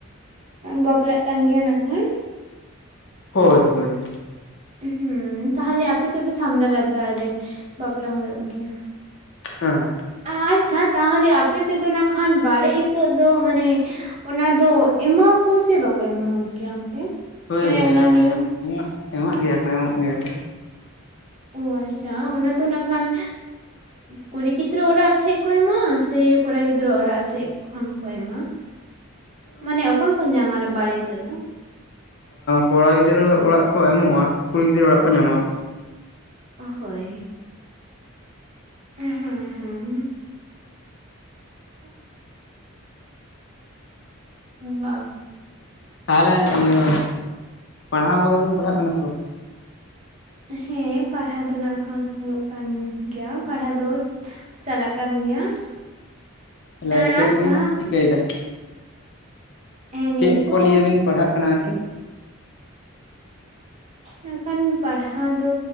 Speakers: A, on the right; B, on the left.
A: ᱵᱟᱯᱞᱟᱜ ᱠᱟᱱ ᱜᱮᱭᱟ ᱠᱷᱟᱱ
B: ᱦᱳᱭ ᱦᱳᱭ
A: ᱦᱮᱸ ᱛᱟᱦᱚᱞᱮ ᱟᱯᱮᱮᱥᱮᱫ ᱫᱚ ᱪᱷᱟᱢᱰᱟ ᱞᱟᱛᱟᱨ ᱨᱮ ᱵᱟᱯᱞᱟ ᱦᱩᱭᱩᱜ ᱜᱮᱭᱟ᱾
B: ᱦᱮᱸ
A: ᱟᱪᱪᱷᱟ ᱛᱟᱦᱚᱞᱮ ᱟᱯᱮ ᱥᱮᱫ ᱫᱚ ᱱᱟᱜ ᱠᱷᱟᱱ ᱵᱟᱨᱮ ᱤᱛᱟᱹᱜ ᱫᱚ ᱢᱟᱱᱮ ᱚᱱᱟ ᱫᱚ ᱮᱢᱟᱠᱚ ᱥᱮ ᱵᱟᱠᱚ ᱮᱢᱢᱟ ᱜᱮᱭᱟ ᱚᱱᱛᱮ
B: ᱦᱳᱭ
A: ᱢᱟᱱᱮ ᱚᱱᱟ ᱱᱤᱭᱚᱢ
B: ᱮᱢᱟᱜ ᱮᱢᱚᱜ ᱜᱮᱭᱟ ᱠᱚ ᱮᱢᱚᱜ ᱜᱮᱭᱟ ᱠᱚ
A: ᱚ ᱟᱪᱪᱷᱟ ᱚᱱᱟ ᱫᱚ ᱱᱟᱜ ᱠᱷᱟᱱ ᱠᱩᱲᱤ ᱜᱤᱫᱽᱨᱟᱹ ᱚᱲᱟᱜ ᱥᱮᱫ ᱠᱚ ᱮᱢᱟ ᱥᱮ ᱠᱚᱲᱟ ᱜᱤᱫᱽᱨᱟᱹ ᱚᱲᱟᱜ ᱥᱮᱮᱫ ᱠᱷᱚᱱ ᱠᱚ ᱮᱢᱟ᱾ ᱢᱟᱱᱮ ᱚᱠᱚᱭ ᱠᱚ ᱧᱟᱢᱟ ᱚᱱᱟ ᱵᱟᱨᱮᱤᱛᱟᱹᱜ ᱫᱚ
B: ᱠᱚᱲᱟ ᱜᱤᱫᱽᱨᱟᱹ ᱚᱲᱟᱜ ᱠᱚ ᱮᱢᱚᱜᱼᱟ ᱠᱩᱲᱤ ᱜᱤᱫᱽᱨᱟᱹ ᱚᱲᱟᱜ ᱠᱚ ᱧᱟᱢᱟ
A: ᱚ ᱦᱳᱭ ᱦᱮᱸ ᱦᱮᱸ <unintelligible> <inaudible> ᱵᱟ
B: ᱛᱟᱦᱚᱞᱮ ᱤᱭᱟᱹ ᱯᱟᱲᱦᱟᱣ ᱠᱚᱫᱚ ᱵᱤᱱ ᱯᱟᱲᱦᱟᱜ ᱠᱟᱱᱟ ᱥᱮ ᱵᱟᱝ
A: ᱦᱮᱸ ᱯᱟᱲᱦᱟᱣ ᱫᱚ ᱱᱟᱸᱜ ᱠᱷᱟᱱ ᱦᱩᱭᱩᱜ ᱠᱟᱱ ᱜᱮᱭᱟ ᱯᱟᱲᱦᱟᱣ ᱫᱚ ᱪᱟᱞᱟᱜ ᱠᱟᱱ ᱜᱮᱭᱟ
B: ᱛᱟᱦᱞᱮ
A: ᱮᱸ
B: ᱪᱮᱫ
A: ᱟᱪᱪᱷᱟ
B: ᱠᱚᱵᱤᱱ ᱪᱤᱠᱟᱹᱭᱮᱫᱟ
A: ᱮᱸ ᱱᱤᱛ
B: ᱪᱮᱫ
A: ᱫᱚ
B: ᱠᱚ ᱱᱤᱭᱟᱹ ᱵᱤᱱ ᱯᱟᱲᱦᱟᱜ ᱠᱟᱱᱟ ᱟᱨᱠᱤ
A: ᱢᱮᱱ ᱠᱷᱟᱱ ᱯᱟᱲᱦᱟᱣ ᱫᱚ